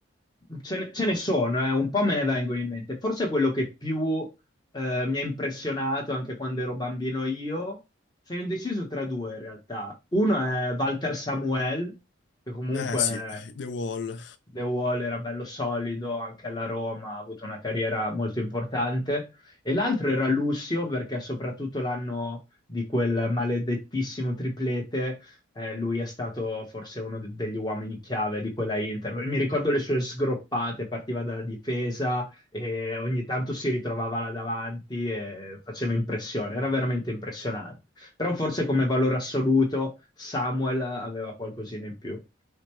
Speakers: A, on the left; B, on the left.
A: Ce ne, ce ne sono, eh, un po' me ne vengono in mente. Forse quello che più eh, mi ha impressionato anche quando ero bambino io, sono indeciso tra due in realtà. Uno è Walter Samuel, che comunque
B: Eh sì, The Wall.
A: The Wall era bello solido, anche alla Roma ha avuto una carriera molto importante. E l'altro era Lucio, perché soprattutto l'anno di quel maledettissimo triplete eh, lui è stato forse uno de- degli uomini chiave di quella Inter. Mi ricordo le sue sgroppate, partiva dalla difesa e ogni tanto si ritrovava là davanti e faceva impressione, era veramente impressionante. Però forse come valore assoluto Samuel aveva qualcosina in più.